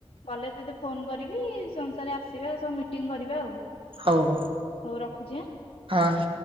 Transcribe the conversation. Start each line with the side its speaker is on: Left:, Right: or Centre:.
Left: ଗଲେ ତତେ ଫୋନ୍ କରିବି ସମ୍ ରେ ଆସିବା ସବୁ ମିଟିଂ କରିବା ଆଉ।
Right: ହଉ ହଉ
Left: ହଉ ରଖୁଛି ଆଁ।
Right: ହଁ।